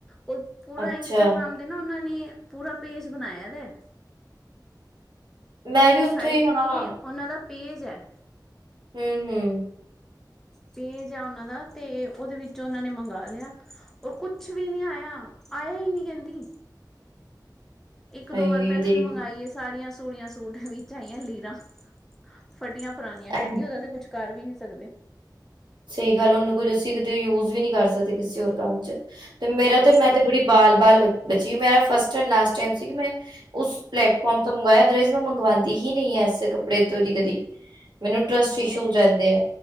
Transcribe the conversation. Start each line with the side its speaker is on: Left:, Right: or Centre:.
Centre: ਔਰ ਪੂਰਾ
Right: ਅੱਛਾ
Centre: ਇੰਸਟਾਗ੍ਰਾਮ ਤੇ ਨਾ ਉਨਾਂ ਨੇ ਪੂਰਾ ਪੇਜ ਬਣਾਇਆ ਦੈ।
Right: ਮੈਂ
Centre: ਓਨਾਂ
Right: ਵੀ
Centre: ਦੀ
Right: ਉੱਥੋਂ
Centre: ਸਾਈਟ
Right: ਹੀ ਹਾਂ
Centre: ਨੀ ਏ ਓਨਾਂ ਦਾ ਪੇਜ ਐ।
Right: ਹੂੰ- ਹੂੰ।
Centre: ਪੇਜ ਆ ਓਨਾਂ ਦਾ, ਤੇ ਓਦੇ ਵਿੱਚ ਓਨਾਂ ਨੇ ਮੰਗਾ ਲਿਆ। ਓ ਕੁਛ ਵੀ ਨੀ ਆਇਆ, ਆਇਆ ਈ ਨੀ ਕੈਂਦੀ। ਇੱਕ
Right: ਹਾਏ
Centre: ਦੋ ਵਾਰ ਪੈਲੇ
Right: ਦੇਖ
Centre: ਵੀ ਮੰਗਾਈ ਏ ਸਾੜੀਆਂ-ਸੂੜੀਆਂ, ਸੂਟ ਵਿੱਚ ਆਈਐ ਲੀਰਾਂ ਫਟੀਆਂ- ਪੁਰਾਣੀਆਂ,
Right: ਐਂਜ
Centre: ਕੈਂਦੀ ਉਦਾ ਤੇ ਕੁਛ ਕਰ ਵੀ ਨੀ ਸਕਦੇ।
Right: ਸਈ ਗੱਲ, ਉਨੂੰ ਕੁੱਝ ਅਸੀਂ ਕਿਤੇ ਯੂਜ ਵੀ ਨੀ ਕਰ ਸਕਦੇ ਕਿਸੇ ਹੋਰ ਕੰਮ ਚ। ਤੇ ਮੇਰਾ
Centre: ਹਾਂ
Right: ਤੇ, ਮੈਂ ਤੇ ਬੜੀ ਬਾਲ - ਬਾਲ ਬ - ਬਚੀ, ਮੇਰਾ ਫਸਟ ਐਂਡ ਲਾਸਟ ਟਾਈਮ ਸੀ ਕਿ ਮੈਂ ਉਸ ਪਲੈਟਫੋਰਮ ਤੋਂ ਮੰਗਾਇਆ। ਅਦਰਵਾਈਸ ਮੈਂ ਮੰਗਵਾਂਦੀ ਹੀ ਨਈ ਐਸੇ ਕੱਪੜੇ ਤੋਂ ਕਦੀ-ਕਦੀ। ਮੈਨੂੰ ਟਰਸਟ
Centre: ਹਾਂ
Right: ਇਸ਼ੂ ਰੈਂਦੇ ਐ।